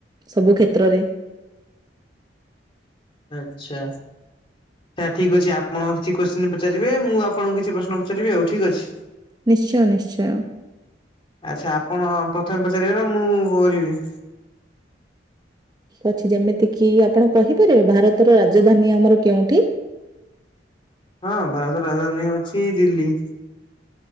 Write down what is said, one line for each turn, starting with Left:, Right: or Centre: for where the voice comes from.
Right: ସବୁ କ୍ଷେତ୍ରରେ
Left: ଆଚ୍ଛା। ସେ ଠିକ୍ ଅଛି ଆପଣ କିଛି କୋଶ୍ଚିନି ପଚାରିବେ ମୁଁ ଆପଣଙ୍କୁ କିଛି ପ୍ରଶ୍ନ ପଚାରିବି ଆଉ ଠିକ୍ ଅଛି।
Right: ନିଶ୍ଚୟ ନିଶ୍ଚୟ।
Left: ଆଚ୍ଛା ଆପଣ ପ୍ରଥମେ ପଚାରିବେ ନା ମୁଁ କରିବି?
Right: ଅଛି ଯେମିତିକିି ଆପଣ କହିପାରିବେ ଭାରତର ରାଜଧାନୀ ଆମର କେଉଁଠି?
Left: ହଁ ଭାରତର ରାଜଧାନୀ ହଉଚି ଦିଲ୍ଲୀ।